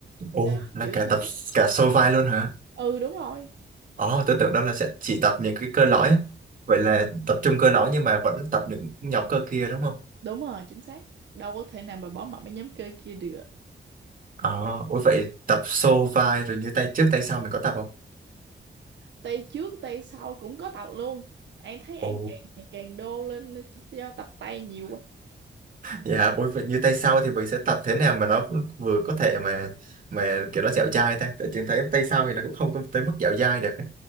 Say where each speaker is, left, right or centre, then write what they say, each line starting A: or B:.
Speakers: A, on the right; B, on the right.
A: ô
B: Đó,
A: là
B: kiểu
A: cả
B: thế.
A: tập cả xô vai luôn hả
B: Ừ đúng rồi.
A: ờ tôi tưởng đó là sẽ chỉ tập những cái cơ lõi á. vậy là tập trung cơ lõi nhưng mà vẫn tập những nhóm cơ kia đúng không
B: Đúng rồi, chính xác. Đâu có thể nào mà bỏ mặc mấy nhóm cơ kia được.
A: ờ ủa vậy tập xô vai rồi như tay trước tay sau mình có tập không
B: Tay trước, tay sau cũng có tập luôn. Anh thấy anh
A: ồ
B: càng ngày càng đô lên do tập tay nhiều
A: Dạ, ôi vậy như tay sau thì mình sẽ tập thế nào mà nó vừa có thể mà mà kiểu nó dẻo dai ta. Tại trường thấy tay sau thì nó cũng không có tới mức dẻo dai được. ấy.